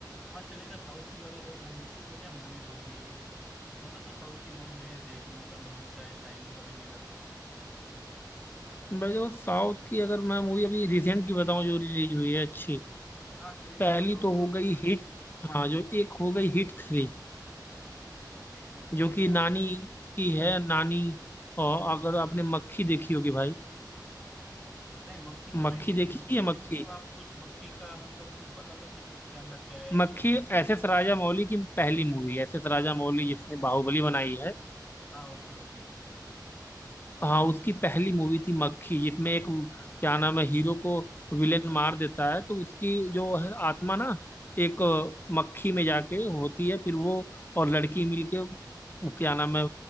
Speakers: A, in the centre; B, on the left.
A: हाँ चलेगा साउथ की बता दो मूवीज तो क्या मूवीज होती है बता दो साउथ की मूवी मैं देख लूंगा मेरे को शायद टाइम कभी मिला तो
B: है भाई वो साउथ की अगर मैं मूवी अभी रिसेंट की बताऊं जो रिलीज हुई है अच्छी
A: हाँ चलेगा
B: पहली
A: बताओ
B: तो
A: साउथ
B: हो गई
A: की
B: हिट हाँ जो एक हो गई हिट थ्री
A: ओके हिट
B: जो
A: थ्री
B: कि
A: क्या
B: नानी की है नानी और अगर आपने मक्खी देखी होगी भाई
A: नहीं मक्खी तो
B: मक्खी
A: नहीं देखी
B: देखी
A: मक्खी
B: है मक्खी
A: मतलब आप कुछ मक्खी का मतलब कुछ बता सकते क्या इसके अंदर क्या है
B: मक्खी
A: कुछ नहीं
B: एस एस राजामौली की पहली मूवी एस एस राजामौली जिसने बाहुबली बनाई है
A: हाँ ओके ओके
B: हाँ उसकी पहली मूवी थी मक्खी जिसमें एक क्या नाम है हीरो को विलेन मार देता है तो उसकी जो है आत्मा ना एक अ, मक्खी में जाके होती है फिर वो और लड़की मिलके वो क्या नाम है